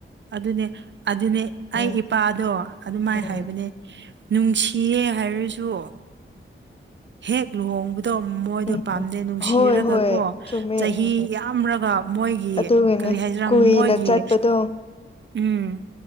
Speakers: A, on the right; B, on the left.
A: ꯑꯗꯨꯅꯦ ꯑꯗꯨꯅꯦ ꯑꯩ
B: ꯎꯝ
A: ꯏꯄꯥꯗꯣ ꯑꯗꯨꯃꯥꯏꯅ
B: ꯎꯝ
A: ꯍꯥꯏꯕꯅꯦ ꯅꯨꯡꯁꯤꯌꯦ ꯍꯥꯏꯔꯁꯨ ꯎ ꯍꯦꯛ ꯂꯨꯍꯣꯡꯕ ꯑꯗꯨꯣ ꯃꯣꯏꯗꯣ
B: ꯎꯝ
A: ꯄꯥꯝꯗꯦ ꯅꯨꯡꯁꯤꯔꯒ
B: ꯍꯣꯏ ꯍꯣꯏ
A: ꯀꯣ
B: ꯆꯨꯝꯃꯦ
A: ꯆꯍꯤ
B: ꯎꯝ
A: ꯌꯥꯝꯔꯒ ꯃꯣꯏꯒꯤ
B: ꯑꯗꯨꯒꯅꯦ
A: ꯀꯔꯤ ꯍꯥꯏꯗꯔꯥ
B: ꯀꯨꯏꯅ
A: ꯃꯣꯏꯒꯤ
B: ꯆꯠꯄꯗꯣ
A: ꯎꯝ